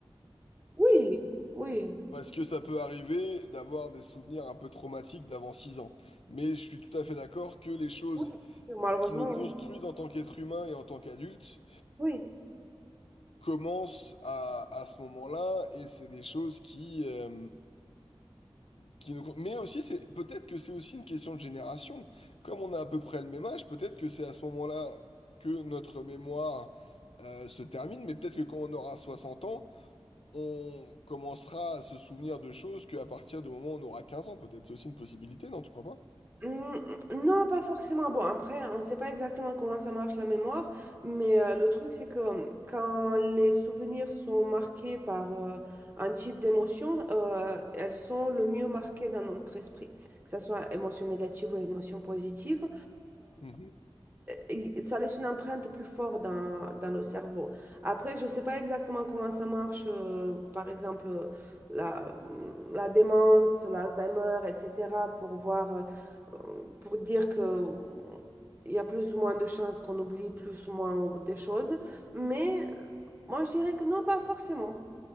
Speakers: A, on the right; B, on the left.
A: Oui, oui,
B: Parce que ça peut arriver d'avoir des souvenirs un peu traumatiques d'avant 6 ans. Mais je suis tout à fait d'accord que les choses
A: oui, malheureusement,
B: qui nous construisent
A: oui.
B: en tant qu'être humain et en tant qu'adulte
A: Oui.
B: commence à, à ce moment-là et c'est des choses qui, euh, qui nous... Mais aussi, c'est peut-être que c'est aussi une question de génération. Comme on a à peu près le même âge, peut-être que c'est à ce moment-là que notre mémoire euh, se termine, mais peut-être que quand on aura 60 ans, on commencera à se souvenir de choses qu'à partir du moment où on aura 15 ans, peut-être. C'est aussi une possibilité, non, tu crois pas?
A: Hmm, non, pas forcément. Bon, après, on ne sait pas exactement comment ça marche la mémoire, mais euh, le truc, c'est que euh, quand les souvenirs sont marqués par euh, un type d'émotion, euh, elles sont le mieux marquées dans notre esprit, que ce soit émotion négative ou émotion positive
B: Mhm.
A: et ça laisse une empreinte plus forte dans, dans le cerveau. Après, je ne sais pas exactement comment ça marche, euh, par exemple, euh, la, euh, la démence, l'Alzheimer, etc., pour voir, euh, euh, pour dire que euh, il y a plus ou moins de chances qu'on oublie plus ou moins des choses. Mais euh, moi, je dirais que non, pas forcément.